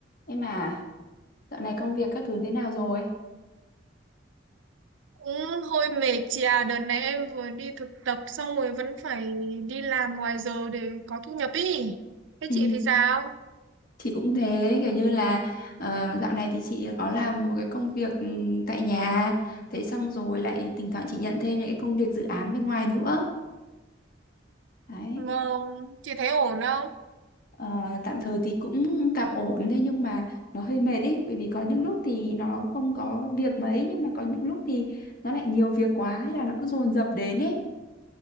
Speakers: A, on the left (about 50°); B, on the right (about 80°).
A: Em à, dạo này công việc các thứ thế nào rồi?
B: Cũng hơi mệt chị à, đợt này em vừa đi thực tập xong rồi vẫn phải đi làm ngoài giờ để có thu nhập ý. Thế
A: Ừ,
B: chị thì sao?
A: chị cũng thế, kiểu như là ờ, dạo này thì chị có làm một cái công việc ừ, tại nhà, thế xong rồi lại thỉnh thoảng chị nhận thêm những cái công việc dự án bên ngoài nữa. Đấy.
B: vâng chị thấy ổn không?
A: Ờ, tạm thời thì cũng tạm ổn thế nhưng mà nó hơi mệt ý, bởi vì có những lúc thì nó không có việc mấy nhưng mà có những lúc thì nó lại nhiều việc quá hay là nó cứ dồn dập đến ấy.